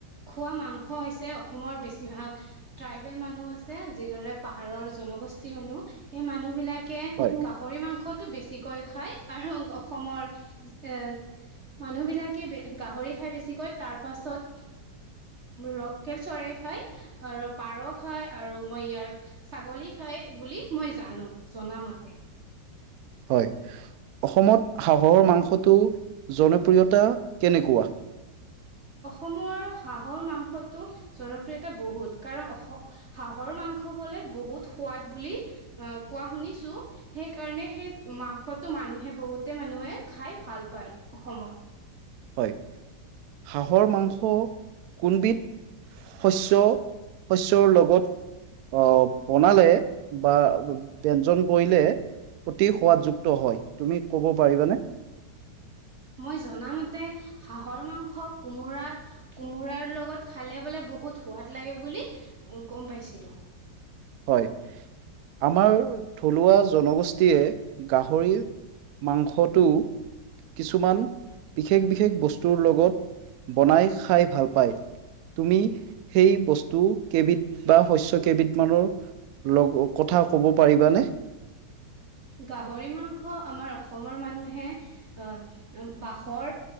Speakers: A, on the right; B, on the right.
A: খোৱা মাংস হৈছে অসমৰ বেছিভাগ ট্ৰাইবেল মানুহ আছে যিদৰেপাহাৰৰ জনগোষ্ঠী মানুহ সেই মানুহবিলাক কে
B: হয়,
A: গাহৰি মাংসত বেছিকৈ খাই আৰু অসমৰ এ মানুহ বিলাকে গাহৰি খাই বেছিকৈ তাৰ পাছত লকেল চলে খাই। আৰু পাৰ খায় আৰু মই ইয়াৰ ছাগলী খাই বুলি মই জানো জনামতে।
B: হয় অসমত হাঁহৰ মাংসটো জনপ্ৰিয়তা কেনেকোৱা?
A: অসমৰ হাঁহৰ মাংসটো জনপ্ৰিয়তা বহুত কাৰণ অসম হাঁহৰ মাংস বলে বহুত সোৱাদ বুলি আহ কোৱা শুনিছো। সেই কাৰণে সেই মাংসটো মানুহে বহুতে মানুহে খাই ভাল পায় অসমৰ।
B: হয় হাঁহৰ মাংস কোনবিধ শস্য, শস্যৰ লগত অ' বনালে বা ব্যঞ্জন কৰিলে অতি সোৱাদযুক্ত হয় তুমি ক'ব পাৰিবানে?
A: মই জনামতে হাহৰ মাংস কোমোৰাৰ, কোমোৰাৰ লগত খালে বোলে বহুত সোৱাদ লাগে বুলি অ' গম পাইছিলো।
B: হয় আমাৰ থলুৱা জনগোষ্ঠীয়ে গাহৰিৰ মাংসটো কিছুমান বিশেষ, বিশেষ বস্তুৰ লগত বনাই খাই ভাল পায়। তুমি সেই বস্তু কেইবিধ বা শস্য কেইবিধ মানৰ লগ কথা ক'ব পাৰিবানে?
A: গাহৰি মাংস আমাৰ অসমৰ মানুহে আহ বাঁহৰ,